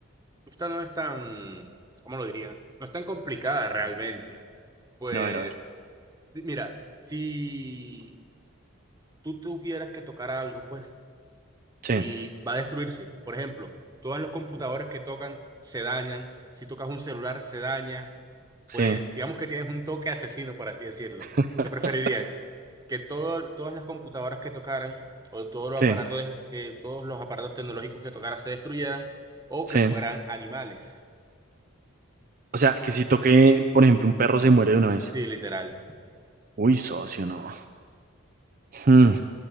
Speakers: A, on the right (about 15°); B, on the right (about 40°).
A: esta no es tan, ¿cómo lo diría? No es tan complicada realmente. Pues,
B: a ver, a ver.
A: di- mira, si tú tuvieras que tocar algo, pues
B: Sí,
A: y va a destruirse. Por ejemplo, todos los computadores que tocan se dañan, si tocas un celular se daña,
B: sí,
A: pues digamos que tienes un toque asesino, por así decirlo.
B: <laughs>
A: ¿Qué preferirías? ¿Que todo- todas las computadoras que tocaran o todos los
B: sí,
A: aparatos, eh, todos los aparatos tecnológicos que tocaran se destruyeran o
B: sí.
A: que fueran animales?
B: O sea, que si toque, por ejemplo, un perro se muere de una vez.
A: Sí, literal,
B: Uy, socio, no. Hmm.